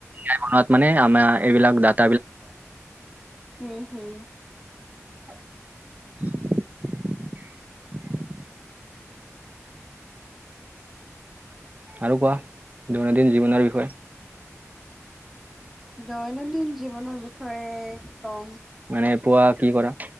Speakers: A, on the right (about 30°); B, in the centre.
A: সেইবোৰত মানে আমাৰ এইবিলাক ডাত
B: উম' হুম।
A: <inaudible> আৰু কোৱা, দৈনন্দিন জীৱনৰ বিষয়ে।
B: দৈনন্দিন জীৱনৰ বিষয়ে কম।
A: মানে পুৱা কি কৰা?